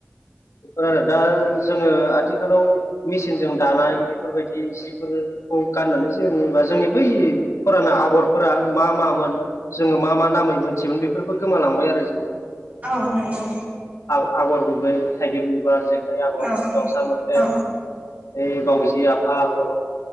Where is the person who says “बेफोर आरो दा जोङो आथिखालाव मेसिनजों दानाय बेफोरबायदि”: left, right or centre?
Left